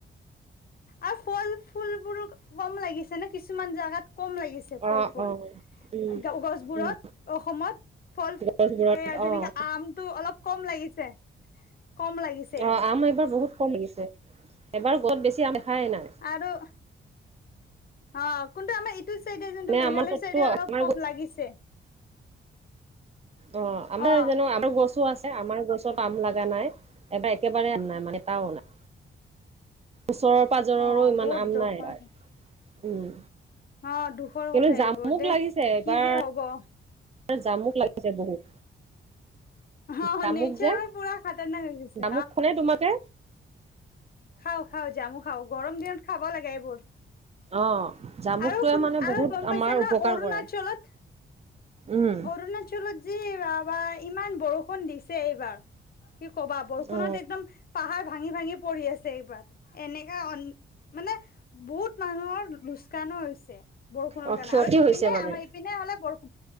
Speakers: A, on the left (about 45°); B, on the right (about 30°).
A: আৰু ফল ফুল বোৰ কম লাগিছে ন কিছুমান জাগাত কম লাগিছে। ফল
B: অ'
A: ফুল
B: অ' উম
A: গছবোৰত
B: উম
A: অসমত ফল
B: গছবোৰত
A: এ যেনেকে।
B: অ'
A: আমটো অলপ কম লাগিছে। কম লাগিছে
B: অ, আম এইবাৰ বহুত কম লাগিছে, এবাৰ গছত বেছি আম দেখাই নাই।
A: আৰু অ, কোনটো আমাৰ এইটো চাইডে যোনটো
B: মানে
A: মেঘালয়
B: আমাৰ তাততো
A: চাইডে অলপ
B: আমাৰ
A: কম লাগিছে।
B: অ, আমাৰ
A: অ
B: জানো আমাৰ গছো আছে আমৰ গছ। ও, আম লগা নাই এবাৰ একেবাৰে নাই মানে এটাও নাই, ওচৰ। পাজৰৰো
A: অ
B: ইমান
A: বহুত
B: আম
A: দুখৰ
B: নাই এইবাৰ। উম,
A: অ, দুখৰ
B: কিন্তু
A: কথা
B: জামুক
A: এইবোৰ দেই
B: লাগিছে
A: কি
B: এইবাৰ
A: যে হ'ব।
B: জামুক লাগিছে বহুত।
A: অ
B: জামুক
A: নেচাৰো
B: যে,
A: পুৰা খাতাৰনাক হৈ গৈছে
B: জামুক খৱা নে তোমালোকে।
A: খাওঁ খাওঁ, জামুক খাও গৰম দিনত খাব লাগে এইবোৰ।
B: অ জামুকটোৱে
A: আৰু শু,
B: মানে
A: আৰু
B: বহুত
A: গম পাইছে
B: আমাৰ
A: ন
B: উপকাৰ
A: অৰুণাচলত।
B: কৰে উম
A: অৰুণাচলত যে বাবা ইমান বৰষুণ দিছে এইবাৰ। কি ক'বা, বৰষুনত
B: অ
A: একদম পাহাৰ ভাঙি ভাঙি পৰি আছে। এইবাৰ এনেকা মানে বহুত মানুহৰ লোচ কাণো হৈছে বৰষুণৰ
B: অ
A: কাৰণে
B: ক্ষতি
A: আৰু ইপিনে
B: হৈছে মানে
A: আমাৰ পিনে হ'লে বৰষুণ